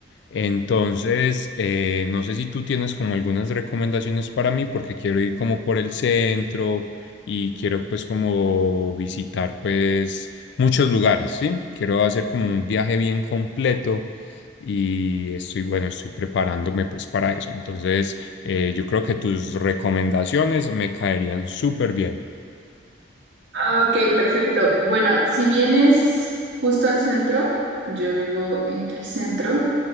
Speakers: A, on the left; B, on the right.
A: Entonces, eh, no sé si tú tienes como algunas recomendaciones para mí, porque quiero ir como por el centro y quiero pues como visitar pues muchos lugares, ¿sí? Quiero hacer como un viaje bien completo y estoy, bueno, estoy preparándome pues para eso. Entonces, eh, yo creo que tus recomendaciones me caerían súper bien.
B: Ah, ok, perfecto. Bueno, si vienes justo al centro, yo vivo en el centro,